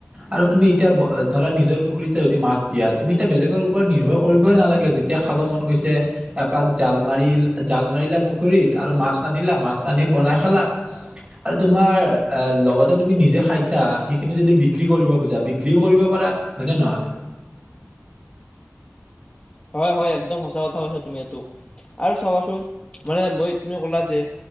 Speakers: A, on the right; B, on the left.
A: আৰু তুমি এতিয়া ধৰা নিজৰ পুখুৰীতে যদি মাছ দিয়া তুমি এতিয়া বেলেগৰ ওপৰত নিৰ্ভৰ কৰিবই নালাগে যেতিয়া খাব মন গৈছে এপাক জাল মাৰিল জাল মাৰিলা পুখুৰীত আৰু মাছ আনিলা মাছ আনি বনাই খালা। আৰু তোমাৰ অ, লগতে তুমি নিজে খাইছা সেইখিনি যদি বিক্ৰী কৰিব খোজা বিক্ৰীও কৰিব পাৰা। হয়নে, নহয়?
B: হয়, হয় একদম সঁচা কথা কৈছ তুমি এইটো। আৰু চাবাচোন মানে মই তুমি কলা যে